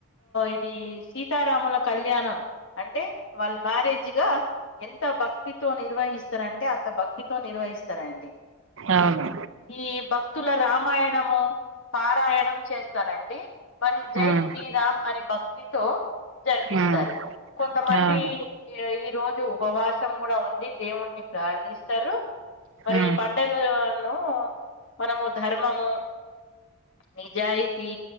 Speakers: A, on the left; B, on the right.
A: ఇది సీతారాముల కళ్యాణం అంటే వాళ్ళ మ్యారేజ్గా ఎంత భక్తితో నిర్వహిస్తారంటే అంత భక్తితో నిర్వహిస్తారు. రండి
B: అవును
A: ఈ భక్తుల రామ రామాయణము పారాయణం చేస్తారండి. మరి జై
B: ఉమ్
A: శ్రీరామ్ అని భక్తితో జరిపిస్తారు
B: ఉమ్
A: కొంతమంది
B: అవును
A: ఈ ఈ రోజు ఉపవాసం కూడా ఉండి దేవుణ్ణి ప్రార్థిస్తారు. మరి
B: ఉమ్
A: ఈ పండుగలను మనము ధర్మము నిజాయితీ